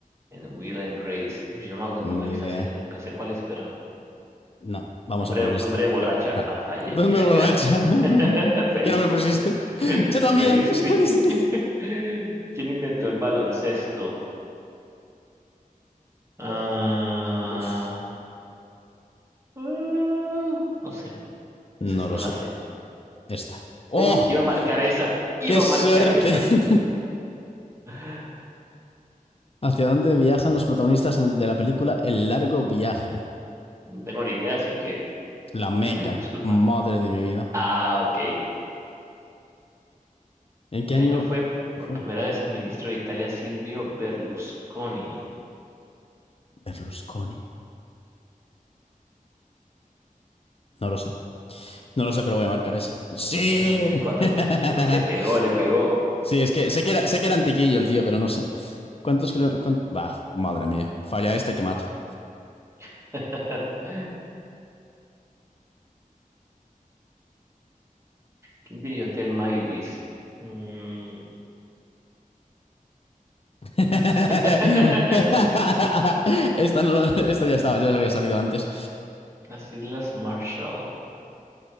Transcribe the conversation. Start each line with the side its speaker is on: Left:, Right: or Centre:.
Right: en Will and Grace? Uy, yo no, me no me
Left: Ni
Right: he visto
Left: idea.
Right: esa serie, nunca sé cuál es, pero...
Left: No, vamos
Right: Nombre,
Left: a poner esta.
Right: nombre de borracha.
Left: No.
Right: Ah, fallé.
Left: ¿Dónde
Right: Era
Left: borracha?
Right: Karen.
Left: <laughs>
Right: <laughs> Felicity
Left: ¿Qué nombre pusiste?
Right: puse. <laughs>
Left: Yo también,
Right: Felicity.
Left: puse Felicity.
Right: <laughs> ¿Quién inventó el baloncesto? Ah,
Left: Uf,
Right: ah, no sé.
Left: no
Right: Esa sí
Left: lo
Right: no
Left: sé.
Right: la sé.
Left: Esta. ¡Oh!
Right: Uf, iba a marcar esa. Iba
Left: ¡Qué suerte!
Right: a marcar esa.
Left: <laughs>
Right: <laughs>
Left: ¿Hacia dónde viajan los protagonistas en el- de la película El largo viaje?
Right: No tengo ni idea, así que
Left: La Meca.
Right: <clears throat> disculpa.
Left: Madre de mi vida.
Right: Ah, ok.
Left: ¿En
Right: ¿En
Left: qué
Right: qué
Left: año?
Right: año fue por
Left: Uf,
Right: primera vez el ministro de Italia Silvio Berlusconi?
Left: Berlusconi. No lo sé. No lo sé, pero voy a marcar esa. ¡Sí!
Right: El noventa y cuatro
Left: <laughs>
Right: Uf, le pegó, le pegó.
Left: Sí, es que sé que era, sé que era antiquillo el tío, pero no sé. ¿Cuántos kilómetros? Bah, Madre mía. Falla esta y te mato.
Right: <laughs> ¿Quién dirigió Thelma y Luis? Mm,
Left: <laughs>
Right: <laughs> no,
Left: Esta, no- esta ya estaba, ya se había salido antes.
Right: Las Islas Marshall.